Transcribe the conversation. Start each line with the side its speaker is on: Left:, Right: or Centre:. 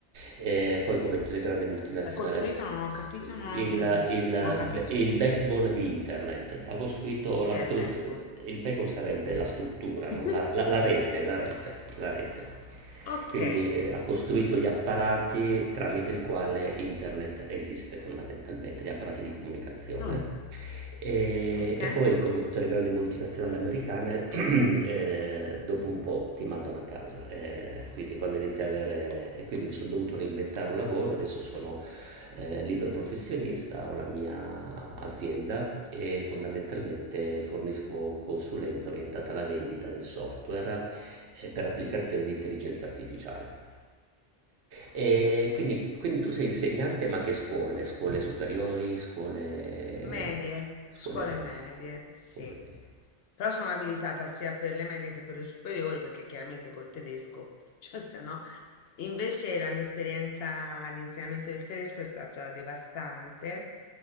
Right: eh, poi come tutte le grandi multinazionali
Left: L'ha costruito? Non ho capito,
Right: il,
Left: non ho sentito,
Right: il,
Left: non ho capito.
Right: il- il backbone di internet, ha costruito
Left: Perché
Right: la struttura,
Left: è il backbone?
Right: il backbone sarebbe la struttura, no?
Left: <laughs>
Right: la, la- la rete, la rete, la rete.
Left: Ok,
Right: Quindi eh, ha costruito gli apparati tramite il quale internet esiste fondamentalmente, gli apparati di comunicazione.
Left: mm,
Right: E,
Left: ok.
Right: e poi, come tutte le grandi multinazionali americane, Mm, Eh, dopo un po' ti mandano a casa, eh, quindi quando inizi a avere, e quindi mi sono dovuto reinventare un lavoro, adesso sono eh, libero professionista, ho la mia azienda e fondamentalmente fornisco consulenza orientata alla vendita del software eh, per applicazioni di intelligenza artificiale. E quindi, quindi tu sei insegnante, ma che scuole? Scuole superiori, scuole,
Left: Medie,
Right: scuole,
Left: scuole
Right: me-
Left: medie, sì.
Right: scuole medie?
Left: Però sono abilitata sia per le medie che per le superiori, perché chiaramente col tedesco, <laughs> cioè se no. Invece la mia esperienza di insegnamento del tedesco è stata devastante.